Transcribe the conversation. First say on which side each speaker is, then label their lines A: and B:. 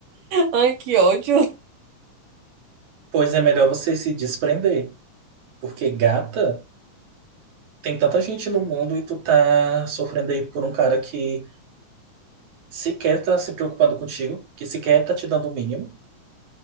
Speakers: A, on the right; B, on the right.
A: Ai, que ódio.
B: Pois é melhor você se desprender. Porque, gata, tem tanta gente no mundo e tu tá sofrendo aí por um cara que sequer tá se preocupando contigo, que sequer tá te dando o mínimo.